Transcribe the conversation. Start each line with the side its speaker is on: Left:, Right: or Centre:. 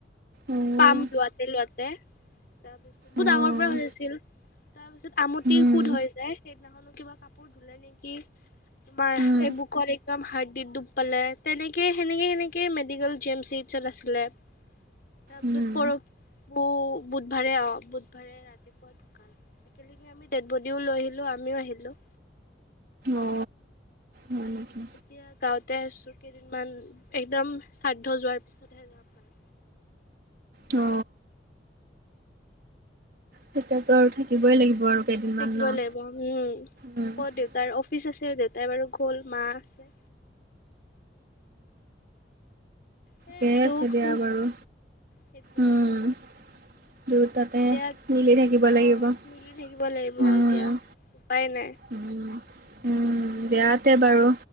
Right: অ',
Left: পাম লোৱাতে লোৱাতে তাৰপিছত বহুত
Right: অ',
Left: আগৰ পৰা হৈ আছিল তাৰপিছত আমটি
Right: উম,
Left: সুদ হৈ যে সেইদিনাখনো কিবা কাপোৰ ধুলে নেকি তোমাৰ
Right: উম,
Left: এই বুকত একম হাৰ্ডিত ডুব পালে তেনেকে সেনেকে সেনেকে মেডিকেল জি এম চিত আছিলে তাৰ পিছত
Right: উম।
Left: পৰশো বুধবাৰে অ বুধবাৰে ৰাতিপুৱা ঢো কাল একেলগে আমি ডেড বডিও লৈ আহিলো আমিও আহিলো
Right: অ হয় নেকি
Left: এতিয়া গাওঁতে আছো কেইদিনমান একদম শ্ৰাদ্ধ যোৱাৰ পিছতহে যাম মানে
Right: অ তেতিয়াতো
Left: সেইটোৱে
Right: আৰু থাকিবই লাগিব আৰু কেইদিনমান
Left: থাকিব
Right: ন
Left: লাগিব উম আকৌ
Right: উম,
Left: দেউতাৰ অফিচ আছে দেউতাই বাৰু গ'ল মা আছে এ
Right: ঠিকেইে
Left: দুখ
Right: আছে দিয়া
Left: সুখ
Right: বাৰু
Left: সেইটোৱে
Right: উম দুয়োটাতে
Left: এতিয়া
Right: মিলি থাকিব
Left: অ
Right: লাগিব উম
Left: মিলি থাকিব লাগিব এতিয়া। উপায় নাই
Right: উম উম দে এয়াতে বাৰু